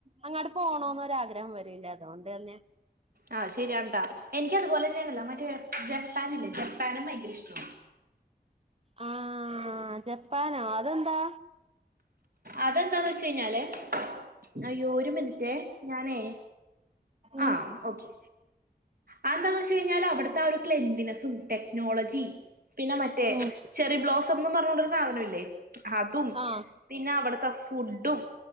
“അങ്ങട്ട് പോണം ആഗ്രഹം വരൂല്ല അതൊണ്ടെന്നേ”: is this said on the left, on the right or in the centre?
Right